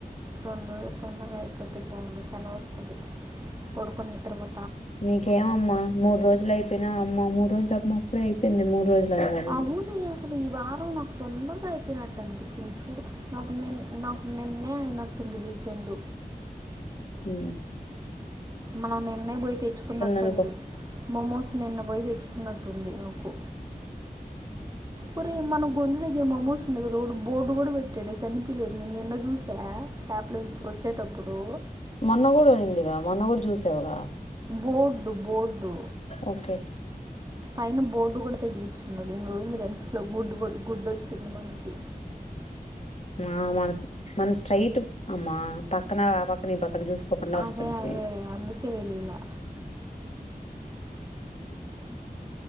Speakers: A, on the right; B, on the left.
A: రెండు రోజులు తొందరగా అయిపోతే బాగుడు సెలవు వస్తుంది పడుకు నిత్ర్రపో
B: నీకేమమ్మా మూడు రోజులు అయిపోయినా అమ్మ మూ రోజు తప్పుడ అయింది మూడు రోజులు అనగానే
A: అవునే అసలు ఈ వారం నాకు తొందరగా అయిపోయినట్టు అనిపించింది చూడు నాకు నిన్న నాకు నిన్నే అయినట్టుంది వీకెండ్
B: ఉ
A: మనం నిన్న పోయి తెచ్చుకున్నట్టుంది
B: అనుకో
A: మోమోస్ నిన్న పోయి తెచ్చుకున్నట్టుంది నాకు ఒరే మన గొంతు దగ్గర మమోస్ ఉంది కదా ఒక బోర్డు కూడా పెట్టాడు కనిపలేదు నేను నిన్న చూసా యాప్లో వచ్చేటప్పుడు
B: మొన్నగూడ అయిందిగా మొన్నగూడు చూసావుగా
A: బోర్డ్డు బోర్డ్డు
B: ఓకే
A: పైన బోర్డు కూడా తగిలిచ్చున్నాడు ఎన్ని రోజులు కానీ లో గుడ్ గుడ్ వచ్చింది మ ఇకి
B: ఆ మన మన స్ట్రైట్ అమ్మా పక్కన ఆ పక్కన ఈ పక్క పని చూసుకోకుండా వస్తుంటిమీ
A: అదే అదే అందుకే తెలియలా